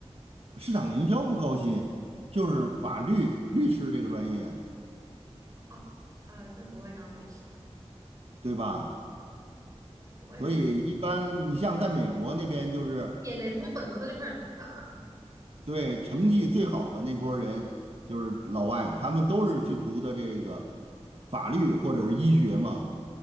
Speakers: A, on the right (about 60°); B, on the right (about 30°).
A: 市场营销不高薪，就是法律律师这个专业，
B: 哦啊，在国外当律师啊，
A: 对吧？
B: 在国外当
A: 所以一般你像在美国那边就是。
B: 也得从本科就开始读吧？
A: 对，成绩最好的那波人就是老外，他们都是去读的这个法律或者是医学嘛，